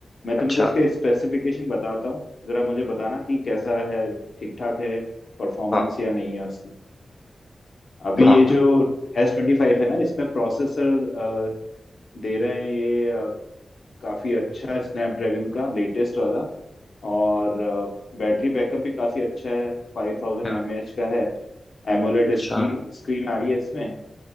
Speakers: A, on the left; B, on the left.
A: मैं
B: अच्छा
A: तुमको उसके स्पेसिफिकेशन बताता हूँ जरा मुझे बताना कि कैसा है ठीक ठाक है परफॉर्मेंस
B: हाँ
A: या नहीं है उसकी अभी
B: हाँ
A: ये जो एस ट्वेंटी फाइव है ना इसमें प्रोसेसर दे रहे हैं ये काफी अच्छा है स्नैपड्रैगन का लेटेस्ट वाला और बैटरी बैकअप भी काफी अच्छा है फाइव थाउजेंड
B: हाँ,
A: एम ए एच का है एमोलेड
B: अच्छा
A: स्क्रीन स्क्रीन आ रही है इसमें